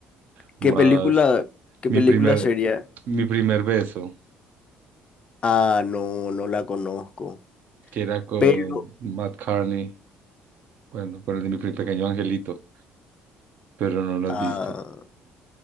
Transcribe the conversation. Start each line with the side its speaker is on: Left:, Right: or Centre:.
Right: más.
Left: ¿Qué película, qué
Right: Mi
Left: película
Right: primer,
Left: sería?
Right: mi primer beso,
Left: Ah, no, no la conozco.
Right: que era con
Left: Pero,
Right: Matt Carney, bueno, con el de mi Pe- pequeño angelito, pero no lo
Left: ah,
Right: has visto.